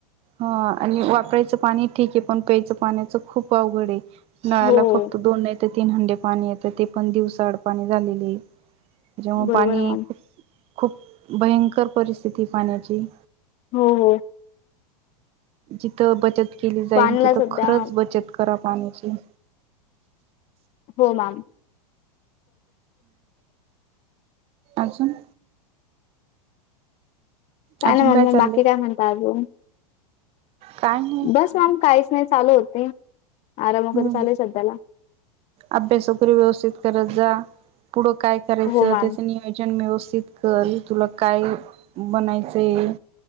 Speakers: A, on the right (about 30°); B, on the left (about 35°).
A: हा आणि वापरायचं पाणी ठीक आहे. पण प्यायचं पाण्याच खूप अवघड आहे. नळाला
B: हो,
A: फक्त दोन तीन हंडे पाणी येत ते पण दिवसाआड पाणी झालेले आहे. जेव्हा
B: बरोबर
A: पाणी
B: आहे
A: येईल
B: मॅम.
A: खूप भयंकर परिस्थिती पाण्याची
B: हो हो.
A: जिथं बचत केली जाईन,
B: पाण्याला
A: तिथं
B: सध्या
A: खरंच बचत करा पाण्याची.
B: हो मॅम.
A: अजून? अजून
B: नाही मम्मा
A: काय चाललंय?
B: बाकी म्हणता अजून
A: काय नाही.
B: बस मॅम काहीच नाही चालू होते. आराम वगैरे
A: हम्म
B: चालू आहे सध्याला
A: अभ्यास वगैरे व्यवस्थित करत जा, पुढं काय करायचं
B: हो मॅम
A: त्याच निय जण व्यवस्थित कर, तुला काय बनायचं?